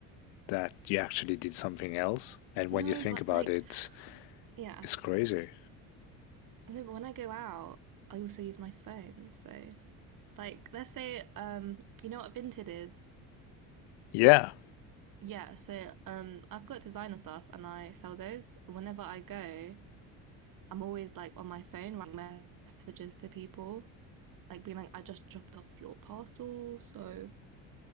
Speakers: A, on the left; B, on the right.
A: that you actually did something else. And when
B: No,
A: you think
B: but
A: about
B: like,
A: it,
B: yeah.
A: it's crazy.
B: No, but when I go out, I also use my phone. So, like, let's say, um, you know what Vinted is?
A: Yeah.
B: Yeah, so um, I've got designer stuff and I sell those. Whenever I go, I'm always like on my phone writing messages to people, like being like, I just dropped off your parcel. So